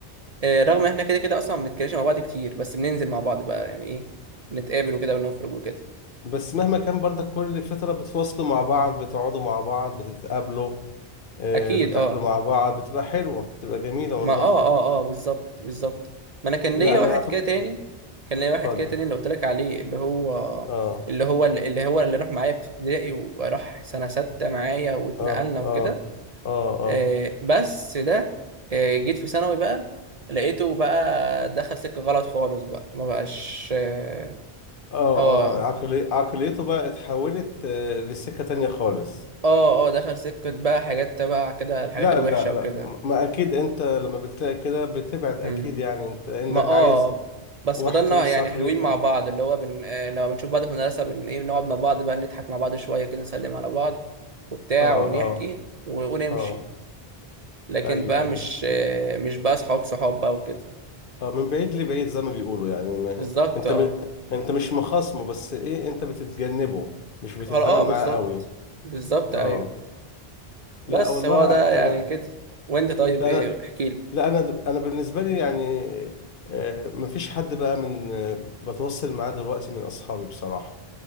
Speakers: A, on the right; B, on the left.
A: آه، رغم ان احنا كده كده اصلا ما بنتكلمش مع بعض كتير بس بننزل مع بعض بقى يعني ايه نتقابل وكده ونخرج وكده
B: بس مهما كان برضك كل فترة بتفصلوا مع بعض بتقعدوا مع بعض بتتقابلوا آه،
A: اكيد
B: بتاكلوا
A: اه
B: مع بعض بتبقى حلوة بتبقى جميلة والله
A: ما اه اه اه بالظبط بالظبط ما انا كان
B: لا
A: ليا
B: أنا
A: واحد
B: أعتبر
A: كده تاني كان ليا واحد
B: اتفضل
A: كده تاني اللي قلت لك عليه اللي هو
B: آه
A: اللي هو اللي هو اللي راح معايا في ابتدائي وراح سنة ستة معايا واتنقلنا
B: آه آه
A: وكده
B: آه آه
A: آه بس ده آه جيت في ثانوي بقى لقيته بقى دخل سكة غلط خالص بقى ما بقاش اه
B: آه
A: اه
B: آه عقلي... عقليته بقى اتحولت آه، لسكة تانية خالص
A: اه آه، دخل سكة بقى حاجات تبع كده الحاجات
B: لا
A: الوحشة
B: لا لا
A: وكده
B: ما أكيد أنت لما بتلاقي كده بتبعد
A: مم.
B: أكيد يعني أنت إنك
A: ما اه
B: عايز
A: بس
B: واحد
A: فضلنا
B: في نفس
A: يعني
B: عقليتك
A: حلوين مع بعض اللي هو بن... آه، لما بنشوف بعض في المدرسة بن ايه بنقعد مع بعض بقى نضحك مع بعض شوية كده نسلم على بعض وبتاع
B: آه
A: ونحكي
B: آه
A: و... ونمشي
B: آه
A: لكن
B: أيوه
A: بقى
B: أيوه
A: مش آه، مش بقى صحاب صحاب بقى وكده
B: اه من بعيد لبعيد زي ما بيقولوا يعني ما
A: بالظبط
B: انت
A: اه
B: م... انت مش مخاصمه بس ايه انت بتتجنبه مش بتتعامل
A: اه آه،
B: معاه
A: بالظبط
B: قوي
A: بالظبط
B: اه
A: ايوه بس
B: لا والله
A: هو ده يعني
B: انا
A: كده وانت طيب
B: لا
A: ايه
B: انا
A: احكي لي
B: لا انا انا بالنسبه لي يعني آه مفيش حد بقى من آه، بتوصل معاه دلوقتي من اصحابي بصراحه